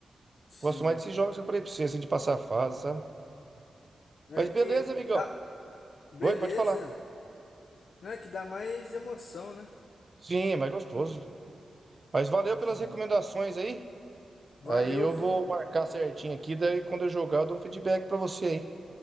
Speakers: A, on the left; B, on the right.
A: Sim.
B: Gosto mais desses jogos que eu falei pra você, assim, de passar fase, sabe?
A: É
B: Mas
A: que
B: beleza, amigão.
A: dá. Beleza.
B: Oi, pode falar.
A: Não é que dá mais emoção, né?
B: Sim, é mais gostoso. Mas valeu
A: Sim.
B: pelas recomendações aí.
A: Valeu,
B: Aí eu
A: viu?
B: vou marcar certinho aqui, daí quando eu jogar eu dou um feedback pra você aí.